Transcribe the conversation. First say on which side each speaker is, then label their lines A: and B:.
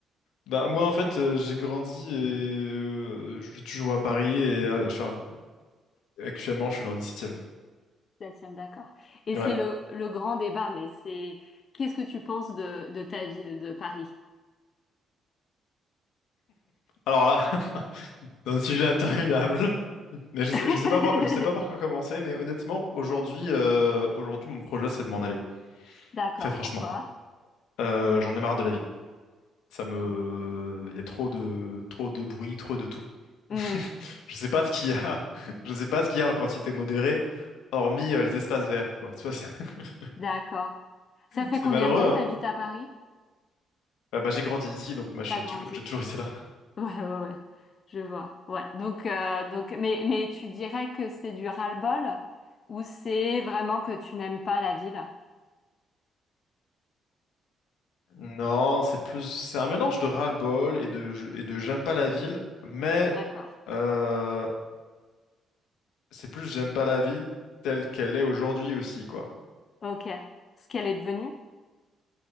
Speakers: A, on the left; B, on the left.
A: Bah moi en fait euh, j'ai grandi et euh, je vis toujours à Paris et euh, enfin, actuellement je suis dans le dix-septième.
B: Septième, d'accord. Et
A: Ouais.
B: c'est le, le grand débat, mais c'est qu'est-ce que tu penses de, de ta ville, de Paris?
A: Alors là, <laughs> c'est un sujet interminable. Mais je,
B: <laughs>
A: sais- je sais pas, par- je sais pas par quoi commencer. Mais honnêtement, aujourd'hui, euh, aujourd'hui, mon projet, c'est de m'en aller.
B: D'accord,
A: Très franchement,
B: pourquoi?
A: Euh, j'en ai marre de la ville. Ça me,
B: Bon.
A: il y a trop de, trop de bruit, trop de tout.
B: Hmm.
A: <laughs> Je sais pas ce qu'il y a. <laughs> Je sais pas ce qu'il y a en quantité modérée, hormis euh, les espaces verts, quoi. Tu vois, c'est <laughs>
B: D'accord. Ça fait
A: c'est
B: combien
A: malheureux,
B: de temps
A: hein.
B: que t'habites à Paris?
A: Euh, bah, j'ai grandi ici, donc moi, je
B: T'as
A: suis
B: grandi.
A: toujours- j'ai
B: <laughs>
A: toujours été là.
B: Ouais, ouais, ouais. Je vois. Ouais. Donc, euh, donc, mais, mais tu dirais que c'est du ras-le-bol ou c'est vraiment que tu n'aimes pas la ville?
A: Non, c'est plus, c'est un mélange de ras-le-bol et de, je- et de j'aime pas la ville, mais
B: D'accord.
A: euh, c'est plus j'aime pas la ville telle qu'elle est aujourd'hui aussi, quoi.
B: Ok. Ce qu'elle est devenue?